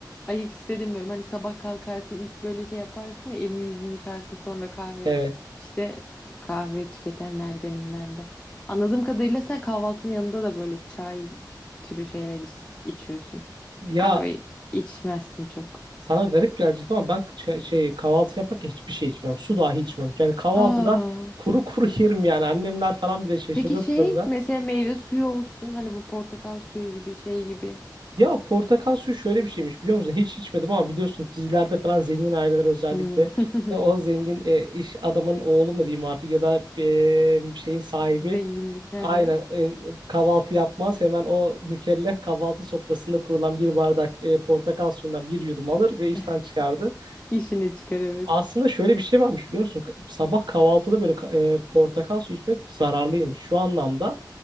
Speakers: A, on the left (about 15°); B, on the right (about 80°).
A: ayık hissedemiyorum. Hani sabah kalkarsın ilk böyle şey yaparsın ya elini yüzünü yıkarsın sonra kahve.
B: evet
A: İşte kahve tüketenlerdenim ben de. Anladığım kadarıyla sen kahvaltının yanında da böyle çay türü şeyler iç- içiyorsun.
B: ya
A: Kahve içmezsin çok.
B: sana garip gelecek ama ben çay- şey kahvaltı yaparken hiçbir şey içmem su dahi içmem. Yani kahvaltıda
A: Aa.
B: kuru kuru <laughs> yerim yani annemler falan bile şaşırır
A: Peki şey
B: bu durumda.
A: mesela meyve suyu olsun hani bu portakal suyu gibi şey gibi.
B: Ya portakal suyu şöyle bir şeymiş biliyor musun? Hiç içmedim ama biliyorsun dizilerde falan zengin aileler özellikle
A: Hmm.
B: e, o zengin e, iş adamın oğlu mu diyeyim artık ya da e, şeyin sahibi
A: <laughs> Zenginlik. Hı
B: aynen
A: hı.
B: e, kahvaltı yapmaz. Hemen o mükellef kahvaltı sofrasında kurulan bir bardak e, portakal suyundan bir yudum alır
A: <laughs>
B: ve işten çıkardı.
A: İşine çıkar evet.
B: Aslında şöyle bir şey varmış biliyor musun? Sabah kahvaltıda böyle ka- e, portakal suyu içmek zararlıymış. Şu anlamda